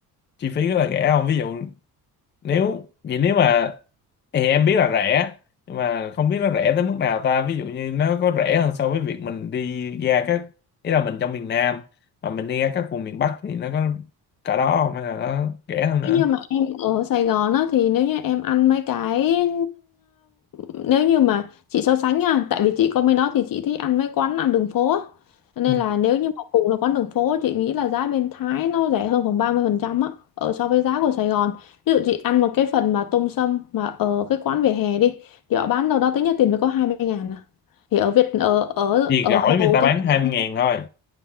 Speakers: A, on the left (about 30°); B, on the left (about 55°).
A: chi phí rất là rẻ không ví dụ nếu vậy nếu mà thì em biết là rẻ nhưng mà không biết nó rẻ tới mức nào ta ví dụ như nó có rẻ hơn so với việc mình đi ra các ý là mình trong miền Nam mà mình đi ra các vùng miền Bắc thì nó có cả đó không hay là nó rẻ hơn nữa
B: Nếu như mà em ở Sài Gòn á thì nếu như em ăn mấy cái nếu như mà chị so sánh nha, tại vì chị có bên đó thì chị thích ăn mấy quán ăn đường phố á. Cho Nên
A: ừ.
B: là nếu như mà cùng là quán đường phố chị nghĩ là giá bên Thái nó rẻ hơn khoảng 30% á ở so với giá của Sài Gòn. Ví dụ chị ăn một cái phần mà tôm sâm mà ở cái quán vỉa hè đi thì họ bán đâu đó tính ra tiền phải có hai mươi ngàn à. Thì ở Việt ở ở
A: vì
B: ở
A: gỏi
B: Hồ
A: người ta bán
B: Chí
A: hai mươi
B: Minh
A: ngàn thôi